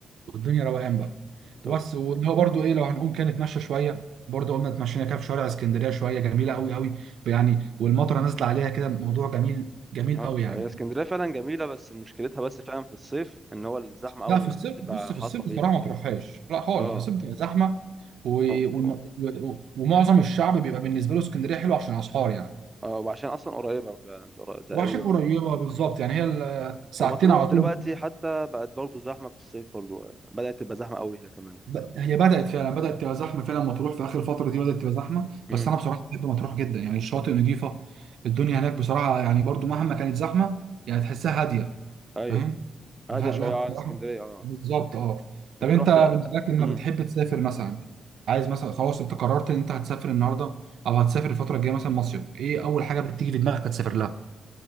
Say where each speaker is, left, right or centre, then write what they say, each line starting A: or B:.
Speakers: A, on the right; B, on the right.
A: والدنيا روقان بقى
B: طب
A: بس واللي هو برضو ايه لو هنقوم كده نتمشى شويه برضو قمنا اتمشينا كده في شوارع اسكندريه شويه جميله قوي قوي يعني والمطره نازله عليها كده موضوع جميل جميل
B: اه
A: قوي يعني
B: هي اسكندريه فعلا جميله بس مشكلتها بس فعلا في الصيف ان هو الزحمه قوي
A: لا في الصيف
B: اللي بتبقى
A: بص في
B: حاصله
A: الصيف
B: فيها
A: بصراحه
B: دي
A: ما تروحهاش لا خالص
B: اه
A: في الصيف بتبقى زحمه و...
B: اه
A: و...
B: اه
A: و... ومعظم الشعب بيبقى بالنسبه له اسكندريه حلوه عشان اسعار يعني
B: اه، وعشان اصلا قريبه فعلا تقر- تقريبا
A: وعشان قريبه
B: برضو
A: بالظبط يعني هي ال- ساعتين
B: ومطروح
A: على
B: دلوقتي
A: طول
B: حتى بقت برضو زحمه في الصيف برضو اه، بدات تبقى زحمه قوي هي كمان
A: ب- هي بدات فعلا بدات تبقى زحمه فعلا مطروح في اخر الفتره دي بدات تبقى زحمه
B: امم
A: بس انا بصراحه بحب مطروح جدا يعني الشاطئ نظيفه الدنيا هناك بصراحه يعني برضو مهما كانت زحمه يعني تحسها هاديه
B: ايوه
A: فاهم
B: هاديه
A: فلا
B: شويه
A: بصراحه
B: آه، عن اسكندريه اه
A: بالظبط اه طب
B: انت
A: انت
B: رحت
A: بالنسبه لك لما
B: امم
A: بتحب تسافر مثلا عايز مثلا خلاص انت قررت ان انت هتسافر النهارده او هتسافر الفتره الجايه مثلا مصيف ايه اول حاجه بتيجي في دماغك هتسافر لها